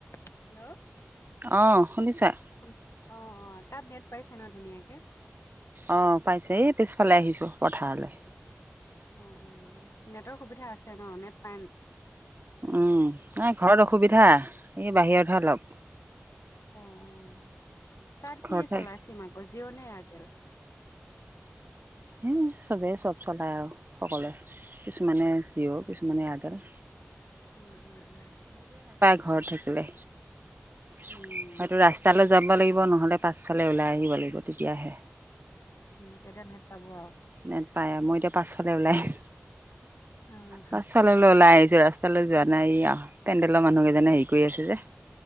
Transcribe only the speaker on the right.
অ' শুনিছা?
অ' পাইছে। এই পিছফালে আহিছোঁ পথাৰলে।
উম, নাই ঘৰত অসুবিধা। এই বাহিৰতহে অলপ।
ঘৰতে
এই চবেই চব চলায় আৰু সকলোৱে। কিছুমানে জিয়', কিছুমানে এয়াৰ্টেল।
ঘৰত থাকিলে, সেইটো
ৰাস্তালে যাব লাগিব নহলে পাছফালে ওলাই আহিব লাগিব তেতিয়াহে
নেট পায় মই এতিয়া পাছফালে ওলাই আহিছো
পাছফালে ওলাই আহিছো যোৱা ৰাস্তালৈ যোৱা নাই আহ পেণ্ডেলৰ মানুহ কেইজনে হেৰি কৰি আছে যে